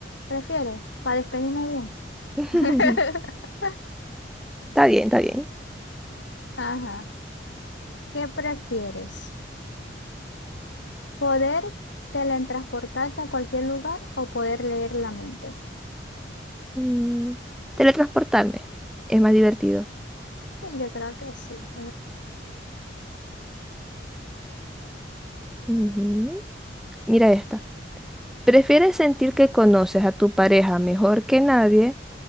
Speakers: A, on the left; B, in the centre.
A: Prefiero, para despedirme bien.
B: <laughs>
A: <laughs>
B: Está bien, está bien.
A: Ajá. ¿Qué prefieres? ¿Poder teletransportarte a cualquier lugar o poder leer la mente?
B: Mm, Teletransportarme. Es más divertido.
A: Sí, yo creo que sí.
B: Ujú. Mira esta. ¿Prefieres sentir que conoces a tu pareja mejor que nadie